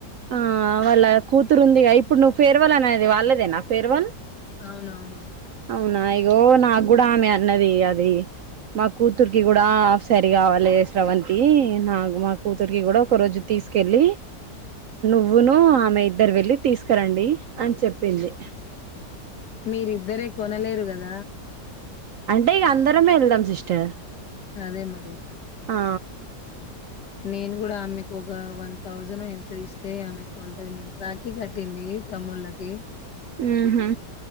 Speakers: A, on the right; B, on the left.
A: ఆ వాళ్ళ కూతురు ఉంది ఇప్పుడు నువ్వు ఫేర్వల్ అనేది వాళ్ళదేన ఫేర్వల్
B: అవునవును
A: అవునా ఇగో నాకు కూడ ఆమె అన్నది అది మా కూతుర్కి కూడ ఆఫ్ సారి కావాలి శ్రవ నాగు మా కూతురికి కూడ ఒక రోజు తీసుకెళ్ళి నువ్వును ఆమె ఇద్దరు వెళ్ళి తీసుకురండి అని చెప్పింది
B: మీరిద్దరే కొనలేరు కద
A: అంటే ఇక అందరమే వెళ్దాం సిస్టర్
B: అదే మరి
A: ఆ
B: నేను కూడ ఆమెకు ఒక వన్ థౌజండ్ ఎంత ఇస్తే ఆమెకుంటుంది రాఖీ కట్టింది తమ్ముళ్ళకి
A: హుహు